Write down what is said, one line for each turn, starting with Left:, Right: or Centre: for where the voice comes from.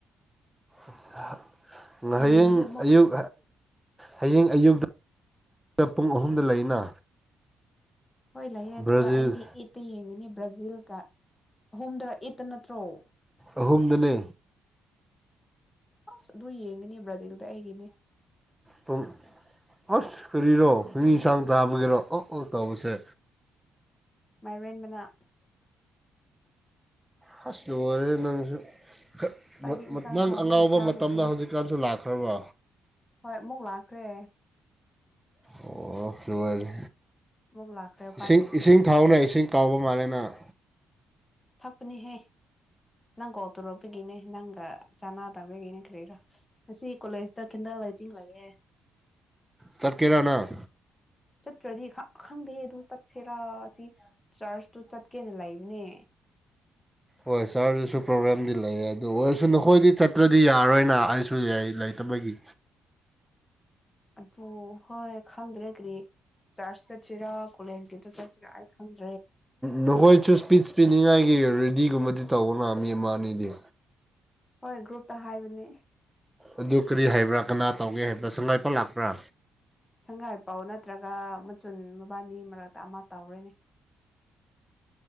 Centre: ꯑꯁ ꯍ ꯉ
Left: ꯍꯌꯦꯡꯗꯤ
Centre: ꯍꯌꯦꯡ
Left: ꯑꯃꯨꯛ
Centre: ꯑꯌꯨꯛ ꯍꯌꯦꯡ ꯑꯌꯨꯛꯇ ꯄꯨꯡ ꯑꯍꯨꯝꯗ ꯂꯩꯅ
Left: ꯍꯣꯏ ꯂꯩꯑꯦ
Centre: ꯕ꯭ꯔꯥꯖꯤꯜ
Left: ꯑꯗꯨꯒ ꯑꯩꯗꯤ ꯑꯦꯠꯇ ꯌꯦꯡꯒꯅꯤ ꯕ꯭ꯔꯥꯖꯤꯜꯀ ꯑꯍꯨꯝꯗ ꯑꯦꯠꯇ ꯅꯠꯇ꯭ꯔꯣ
Centre: ꯑꯍꯨꯝꯗꯅꯦ
Left: ꯑꯁ ꯑꯗꯨ ꯌꯦꯡꯒꯅꯤ ꯕ꯭ꯔꯥꯖꯤꯜꯗ ꯑꯩꯒꯤ
Centre: ꯄꯨꯡ ꯑꯥꯁ ꯀꯔꯤꯔꯣ <unintelligible> ꯆꯥꯡ ꯇꯥꯕꯒꯤꯔꯣ ꯑꯣꯛ ꯑꯣꯛ ꯇꯧꯕꯁꯦ
Left: ꯃꯥꯏꯔꯦꯅ ꯃꯅꯥ
Centre: ꯍꯁ ꯂꯣꯏꯔꯦꯍꯦ ꯅꯪꯁꯨ ꯈ
Left: ꯈ꯭ꯋꯥꯏꯗꯤ
Centre: ꯃ
Left: ꯏꯟꯁꯥꯡ
Centre: ꯅꯪ
Left: ꯍꯥꯎꯕꯒ
Centre: ꯑꯉꯥꯎꯕ
Left: ꯆꯥꯕ
Centre: ꯃꯇꯝꯗ
Left: ꯐꯪ
Centre: ꯍꯧꯖꯤꯛꯀꯥꯟꯁꯨ ꯂꯥꯛꯈ꯭ꯔꯕ
Left: ꯍꯣꯏ ꯑꯃꯨꯛ ꯂꯥꯛꯈ꯭ꯔꯦ
Centre: ꯑꯣ ꯂꯣꯏꯔꯦ
Left: ꯑꯃꯨꯛ ꯂꯥꯛꯈ꯭ꯔꯦ ꯎꯄꯥꯏ
Centre: ꯏꯁꯤꯡ
Left: ꯂꯩꯇꯦ
Centre: ꯏꯁꯤꯡ ꯊꯥꯎꯅ ꯏꯁꯤꯡ ꯇꯥꯎꯕ ꯃꯥꯜꯂꯦ ꯅꯪ
Left: ꯊꯛ ꯄꯅꯤꯍꯦ ꯅꯪ ꯀꯣꯜ ꯇꯧꯔꯛꯄꯒꯤꯅꯦ ꯅꯪꯒ ꯆꯥꯅꯥ ꯇꯧꯔꯦꯒꯤꯅꯤ ꯀ꯭ꯔꯤꯔꯥ ꯉꯁꯤ ꯀꯣꯂꯦꯖꯇ ꯀꯦꯟꯗꯜ ꯂꯥꯏꯇꯤꯡ ꯂꯩꯌꯦ
Centre: ꯆꯠꯀꯦꯔ ꯅꯪ
Left: ꯆꯠꯇ꯭ꯔꯗꯤ ꯈ ꯈꯪꯗꯦ ꯑꯗꯨ ꯆꯠꯁꯦꯔꯥ ꯑꯁꯤ ꯆꯥꯔꯁꯇꯨ ꯆꯠꯀꯦꯅ ꯂꯩꯕꯅꯦ
Centre: ꯍꯣꯏ ꯁꯥꯔꯗꯨꯁꯨ ꯄ꯭ꯔꯣꯕ꯭ꯂꯦꯝꯗꯤ ꯂꯩ ꯑꯗꯨ ꯑꯣꯏꯔꯁꯨ ꯅꯈꯣꯏꯗꯤ ꯆꯠꯇ꯭ꯔꯗꯤ ꯌꯥꯔꯔꯣꯏꯅ ꯑꯩꯁꯨ ꯂꯩꯇꯕꯒꯤ
Left: ꯑꯗꯨ ꯍꯣꯏ ꯈꯪꯗ꯭ꯔꯦ ꯀꯔꯤ ꯆꯔꯆ ꯆꯠꯁꯤꯔꯥ ꯀꯣꯂꯦꯖ ꯒꯤꯇ ꯆꯠꯁꯤꯔꯥ ꯑꯩ ꯈꯪꯗ
Centre: ꯅꯍꯣꯏ ꯆꯨꯁ ꯏꯁꯄꯤꯁ ꯄꯤꯅꯤꯉꯥꯏꯒꯤ ꯔꯦꯗꯤꯒꯨꯝꯕꯗꯤ ꯇꯧꯑꯣꯅ ꯃꯤ ꯑꯃ ꯑꯅꯤꯗꯤ
Left: ꯍꯣꯏ ꯒ꯭ꯔꯨꯨꯞꯇ ꯍꯥꯏꯕꯅꯦ
Centre: ꯑꯗꯨ ꯀꯔꯤ ꯍꯥꯏꯕ꯭ꯔꯥ ꯀꯅꯥ ꯇꯧꯒꯦ ꯍꯥꯏꯕ꯭ꯔꯥ ꯁꯪ ꯂꯥꯏꯄ ꯂꯥꯛꯄ꯭ꯔꯥ
Left: ꯁꯪꯉꯥꯏ ꯄꯥꯎ ꯅꯠꯇ꯭ꯔꯒ ꯃꯆꯨꯟ ꯃꯕꯥꯅꯤ ꯃꯔꯛꯇ ꯑꯃ ꯇꯧꯔꯦꯅꯦ